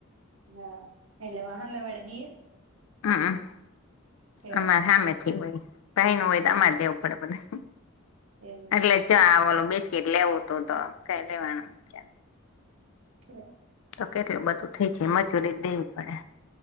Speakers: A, on the right; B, on the left.
A: હા એટલે વા હામે દીએ?
B: હા હ.
A: ઠેક
B: અમાર હમેથી હોય. ભાઈ ન હોય તો અમારે દેવું પડે બધુંય
A: એવું
B: એટલે
A: હે
B: જ જો આ ઓલો સેકેટ લેવું હતું તો કઈ લેવાનું છે.
A: હ
B: તો કેટલું બધું થઈ જાય મજૂરીઈ જ દેવી પડે.